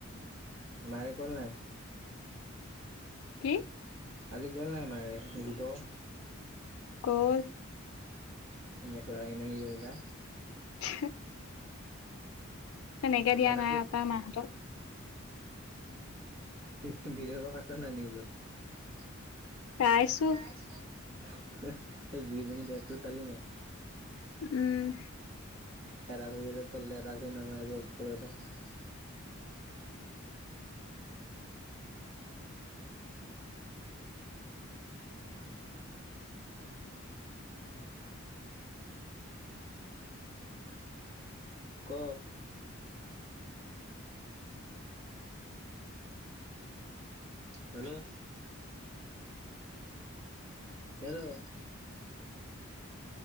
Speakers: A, on the right; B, on the left.
A: নাৰিকল নাই।
B: কি?
A: আজি গ'ল নাই, মায়েৰে গটো
B: হ'ল।
A: মেখেলা ল কিন যয়োগা।
B: হ। তেনেকে দিয়া
A: মানসী
B: নাই। আপা, মাকহঁতক।
A: বিদ-বিদেশৰ পাইছানে নাই নিউজত।
B: চাইছো
A: তাইৰ চব। এই বুঢ়িজনীৰ ডেঞ্চটো চালি নে নাই।
B: উম।
A: এটা ভৰি আছে তললে, এটা ভৰি নমাই আকৌ ওপৰত উঠাই ক হেল্লো, হেল্ল'।